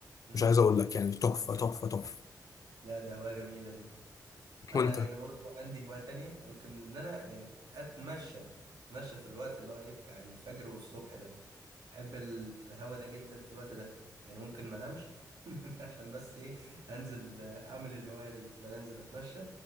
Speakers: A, on the right; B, on the left.
A: امم
B: مش عايز اقول لك يعني تحفة تحفة تحفة
A: لا ده هوايه جميله دي انا
B: وانت
A: يعني برضو عندي هوايه تانية ممكن ان انا يعني اتمشى اتمشى في الوقت اللي هو ايه بتاع الفجر والصبح ده بحب الهوا ده جدا في الوقت ده يعني ممكن ما انامش <laughs> عشان بس ايه انزل اعمل الهواية دي ان انا انزل اتمشى